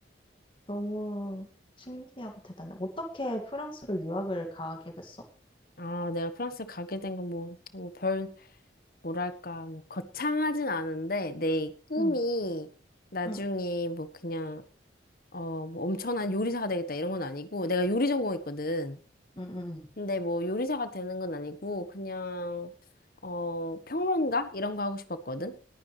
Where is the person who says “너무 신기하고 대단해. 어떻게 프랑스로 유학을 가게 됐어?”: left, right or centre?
Left